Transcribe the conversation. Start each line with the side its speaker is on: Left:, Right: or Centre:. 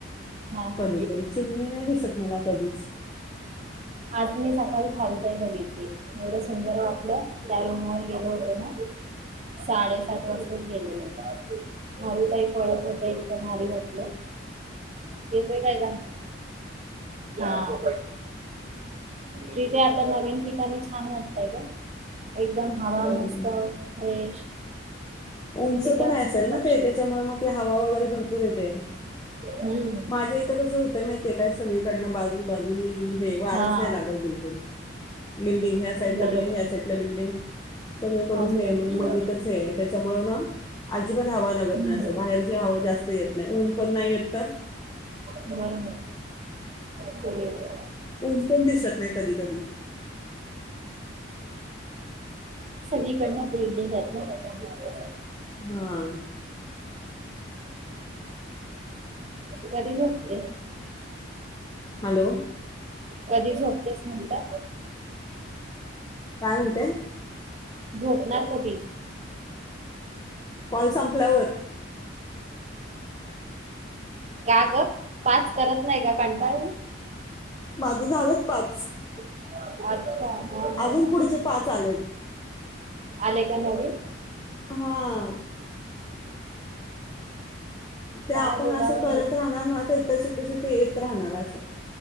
Right: हां हां
Left: कधीतरी चिमणी नाही दिसत मला कधीच
Right: आज मी सकाळी खारुताई बघितली एवढ सुंदर वाटलं, त्या रूम वर गेलो होतो ना, साडेसात वाजता गेलेलो होत खारुताई पळत होते एकदम भारी वाटलं. हॅलो येतोय काय गं. हा तिथे आता नवीन ठिकाणी छान वाटतय गं. एकदम
Left: हम्म
Right: हवा मस्त, फ्रेश.
Left: उंच
Right: तिथे
Left: पण असेल
Right: असतील
Left: ना
Right: पक्षी.
Left: ते त्याच्यामुळे मग ती हवा वगैरे भरपूर येते
Right: हम्म.
Left: माझ्या इथं कसं होतं माहितेय काय सगळीकडनं बाजू बाजूने हे वारच
Right: हा.
Left: नाय लागत बिलकुल. बिल्डिंग ह्या साईडला
Right: बरोबर
Left: बिल्डिंग, ह्या साईडला बिल्डिंग सगळीकडून
Right: आजूबाजूला
Left: हे मधेच हे आहे. त्याच्यामुळे अजिबात हवा लागत
Right: हम्म
Left: नाही, अस बाहेरची हवा जास्त येत नाही, ऊन पण नाय येत तर.
Right: बरोबर. <unintelligible>
Left: ऊन पण दिसत नाही कधी कधी.
Right: सगळीकडनं बिल्डिंग आहेत ना त्याच्यामुळे
Left: हां
Right: कधी झोपते?
Left: हॅलो.
Right: कधी झोपतेस म्हणलं.
Left: काय म्हणते.
Right: झोपणार कधी?
Left: कॉल संपल्यावर.
Right: का ग पाच करत नाही का? कंटाळाली.
Left: माझे झालेत पाच.
Right: <unintelligible> हा हा
Left: अजून
Right: हा
Left: पुढचे पाच आलेत.
Right: आले का नवीन?
Left: हां ते
Right: काय
Left: आपण
Right: बोलावं
Left: असं करत
Right: हेच
Left: राहणार ना तर तशे तसे ते येत राहणार. असं,